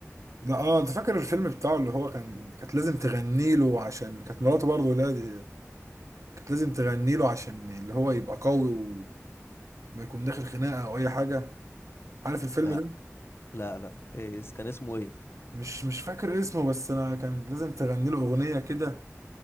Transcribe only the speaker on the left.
لا
لا لا إيه كان اسمه ايه